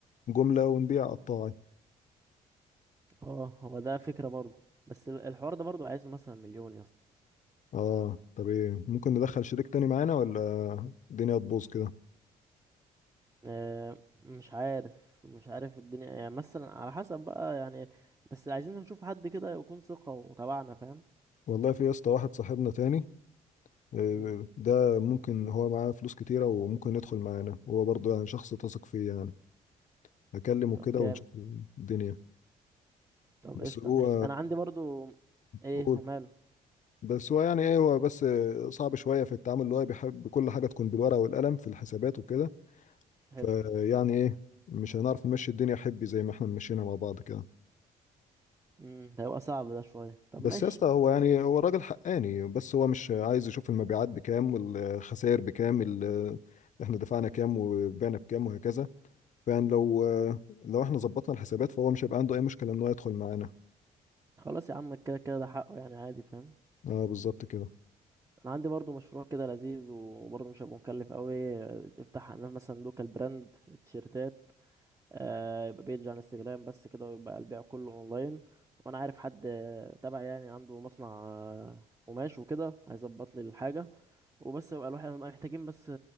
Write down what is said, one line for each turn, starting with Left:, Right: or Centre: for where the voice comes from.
Left: جملة ونبيع قطاعي
Right: اه هو ده فكرة برضه بس ال- الحوار ده برضه عايزه مثلا مليون يا اسطى
Left: اه طب ايه ممكن ندخل شريك تاني معانا ولا الدنيا تبوظ كده
Right: آه، مش عارف مش عارف الدنيا إيه. يعني مثلا على حسب بقى يعني بس عايزين نشوف حد كده يكون ثقة وتبعنا فاهم
Left: والله في يا اسطى واحد صاحبنا تاني آه،
Right: مم.
Left: ده ممكن هو معاه فلوس كتيرة وممكن يدخل معانا هو برضه يعني شخص تثق فيه يعني هكلمه
Right: طب
Left: كده
Right: جامد
Left: ونشوف الدنيا
Right: طب
Left: بس
Right: قشطة
Left: هو
Right: ماشي أنا عندي برضو إيه
Left: قول
Right: وماله
Left: بس هو يعني ايه هو بس صعب شوية في التعامل اللي هو بيحب كل حاجة تكون بالورقة والقلم في الحسابات وكده
Right: حلو
Left: فيعني ايه مش هنعرف نمشي الدنيا حبي زي ما احنا مشينا مع بعض كده
Right: مم. ده هيبقى صعب ده شوية طب
Left: بس
Right: ماشي
Left: يا اسطى هو يعني هو راجل حقاني بس هو مش عايز يشوف المبيعات بكام والخسائر بكام ال- احنا دفعنا كام وبعنا بكام وهكذا فيعني لو لو احنا ظبطنا الحسابات فهو مش هيبقى عنده اي مشكلة ان هو يدخل معانا
Right: خلاص يا عم كده كده ده حقه يعني عادي فاهم
Left: اه بالظبط كده
Right: أنا عندي برضو مشروع كده لذيذ وبرضو مش هيبقى مكلف قوي افتح أنا مثلا لوكال براند تيشيرتات آه، يبقى بيج عن انستجرام بس كده ويبقى البيع كله اونلاين وانا عارف حد آه، تبع يعني عنده مصنع آه، قماش وكده هيظبط لي الحاجه وبس يبقى الواحد نبقى محتاجين بس